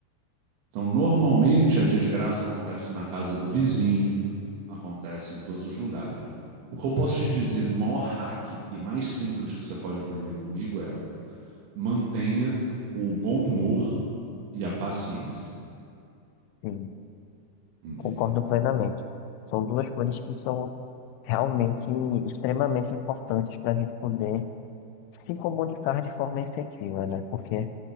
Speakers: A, on the right; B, on the left.
A: Então, normalmente a desgraça acontece na casa do vizinho, acontece em todos os lugares. O que eu posso te dizer do maior hack e mais simples que você pode aprender comigo é mantenha o bom humor e a paciência,
B: sim,
A: entendeu?
B: concordo plenamente. São duas coisas que são realmente extremamente importantes para a gente poder se comunicar de forma efetiva, né? Porque